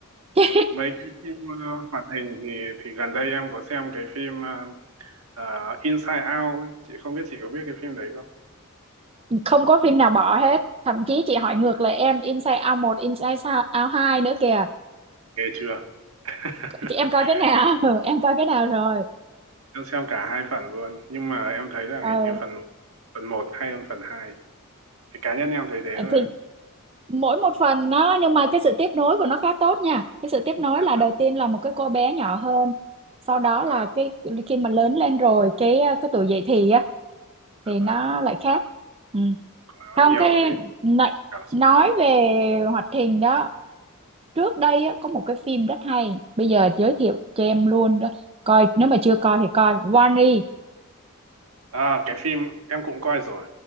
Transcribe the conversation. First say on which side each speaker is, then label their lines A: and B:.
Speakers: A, on the right; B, on the right.
A: <laughs>
B: mấy cái phim ờ, hoạt hình thì thì gần đây em có xem cái phim ờ, ờ, Inside Out, ấy. chị không biết chị có biết cái phim đấy không?
A: không có phim nào bỏ hết thậm chí chị hỏi ngược lại em Inside Out 1, Inside Out hai nữa kìa
B: Ghê chưa? <laughs>
A: chị em coi cái nào <laughs> Ừ, em coi cái nào rồi
B: Em xem cả hai phần luôn, nhưng mà em thấy là
A: ờ,
B: hình như phần phần một hay hơn phần hai. Thì cá nhân em thấy thế thôi
A: thì
B: ạ.
A: mỗi một phần nó nhưng mà cái sự tiếp nối của nó khá tốt nha cái sự tiếp nối
B: Dạ
A: là đầu tiên là một cái cô bé nhỏ hơn sau đó
B: vâng,
A: là cái khi mà lớn lên rồi cái cái tuổi dậy thì á
B: dạ
A: thì
B: vâng.
A: nó lại khác ừ.
B: Có
A: không
B: nhiều
A: cái
B: cái
A: nói
B: cảm xúc
A: nói
B: hơn
A: về hoạt hình đó trước đây á, có một cái phim rất hay bây giờ giới thiệu cho em luôn đó coi nếu mà chưa coi thì coi Wall-E
B: à cái phim em cũng coi rồi